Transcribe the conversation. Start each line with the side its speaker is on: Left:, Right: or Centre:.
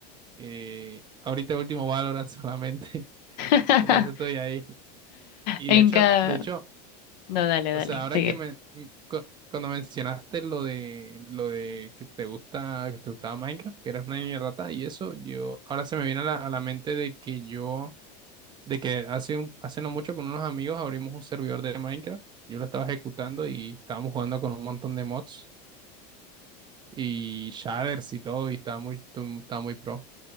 Right: eh, ahorita último Valorant <laughs> solamente,
Left: <laughs>
Right: entonces estoy ahí. Y
Left: En
Right: de hecho,
Left: cada...
Right: de hecho,
Left: No, dale, dale,
Right: o sea, ahora
Left: sigue.
Right: que me, m- cu- cuando mencionaste lo de, lo de que te gusta, que te gustaba Minecraft, que eres una niña rata y eso, yo, ahora se me viene a la, a la mente de que yo, de que hace un, hace no mucho con unos amigos abrimos un servidor de Minecraft. Yo lo estaba ejecutando y estábamos jugando con un montón de mods. y shaders y todo, y estaba muy, tu- estaba muy pro.